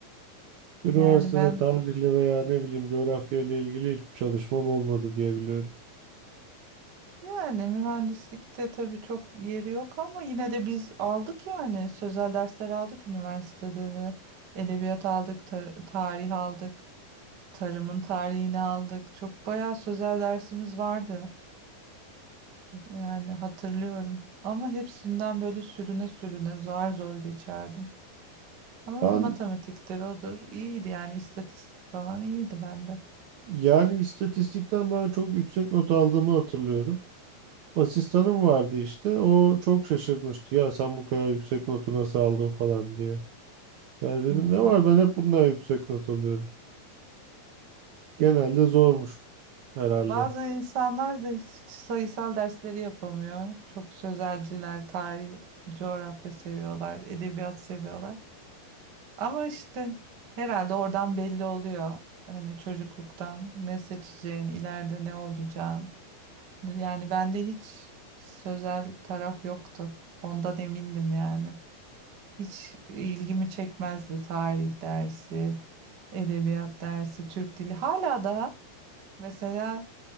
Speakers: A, on the right (about 65°); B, on the right (about 45°).
A: Üniversitede
B: Yani ben
A: tarihle veya ne bileyim coğrafya ile ilgili hiçbir çalışmam olmadı diye biliyorum.
B: yani mühendislikte tabii çok yeri yok ama yine de biz aldık yani sözel dersler aldık üniversitede de. Edebiyat aldık, tar- tarih aldık, tarımın tarihini aldık. Çok bayağı sözel dersimiz vardı. Yani hatırlıyorum. Ama hepsinden böyle sürüne sürüne zor zor geçerdim. Ama
A: Ben
B: matematikleri odur. İyiydi yani istatistik falan iyiydi bende.
A: yani istatistikten ben çok yüksek not aldığımı hatırlıyorum. Asistanım vardı işte. O çok şaşırmıştı. Ya sen bu kadar yüksek notu nasıl aldın falan diye. Ya dedim
B: Hmm.
A: ne var ben hep bundan yüksek not alıyorum. Genelde zormuş
B: <laughs>
A: herhalde.
B: Bazı insanlar da hiç sayısal dersleri yapamıyor. Çok sözelciler, tarih, coğrafya seviyorlar, edebiyat seviyorlar. Ama işte herhalde oradan belli oluyor. Hani çocukluktan ne seçeceğin, ileride ne olacağın. Yani bende hiç sözel taraf yoktu. Ondan emindim yani. Hiç ilgimi çekmezdi tarih dersi, edebiyat dersi, Türk dili. Hala daha mesela